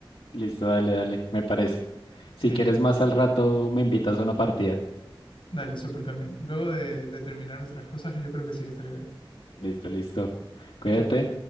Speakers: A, on the left (about 80°); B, on the left (about 65°).
A: Listo, dale, dale, me parece. Si
B: Genial.
A: quieres más al rato, me invitas a una partida.
B: Dale, súper también. Luego de, de terminar otras cosas, yo creo que sí, estaría bien.
A: Listo, listo. Cuídate.
B: Súper.